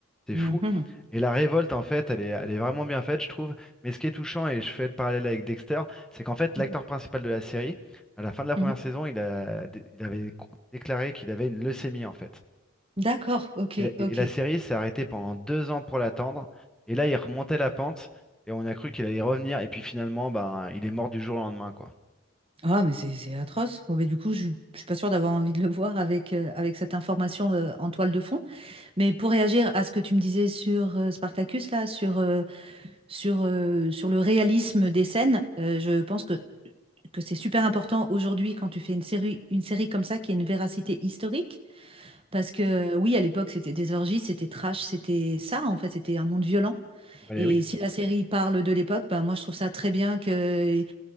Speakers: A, in the centre; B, on the right.
A: c'est
B: mhm,
A: fou.
B: mhm,
A: Et la révolte, en fait, elle est, elle est vraiment bien faite, je trouve. Mais ce qui est touchant, et je fais le parallèle avec Dexter, c'est qu'en fait,
B: mhm,
A: l'acteur principal de la série, à la fin de la première
B: mhm.
A: saison, il a, dé- il avait co- déclaré qu'il avait une leucémie, en fait.
B: D'accord, ok,
A: Et la, et
B: ok.
A: la série s'est arrêtée pendant deux ans pour l'attendre. Et là, il remontait la pente, et on a cru qu'il allait y revenir. Et puis finalement, ben, il est mort du jour au lendemain, quoi.
B: Ah, mais c'est c'est atroce. Bon, mais du coup, je ne suis pas sûre d'avoir envie de le voir avec, euh, avec cette information euh, en toile de fond. Mais pour réagir à ce que tu me disais sur euh, Spartacus, là, sur euh, sur, euh, sur le réalisme des scènes. Euh, je pense que, que c'est super important aujourd'hui quand tu fais une série, une série comme ça qui a une véracité historique. Parce que euh, oui, à l'époque, c'était des orgies, c'était trash, c'était ça, en fait, c'était un monde violent.
A: Bah
B: Et
A: oui.
B: si la série parle de l'époque, ben, moi, je trouve ça très bien qu'ils